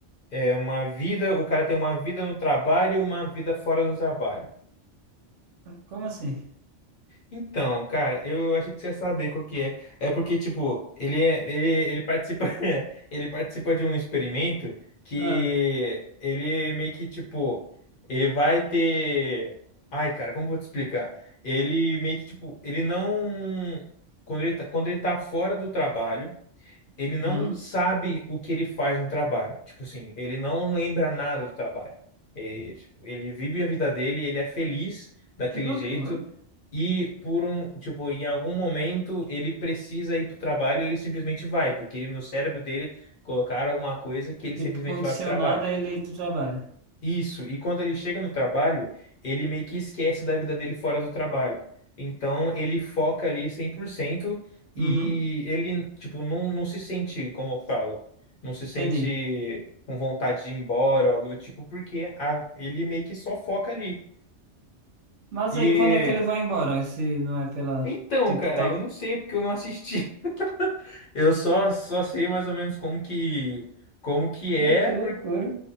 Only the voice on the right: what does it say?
como assim?
Ah,
hum,
que loucura.
Tipo,
condicionado
a eleito trabalho.
Uhum,
entendi.
Mas
aí, quando é que ele vai embora? Se não é pela.
Tipo,
tá.
Cara,
que
loucura.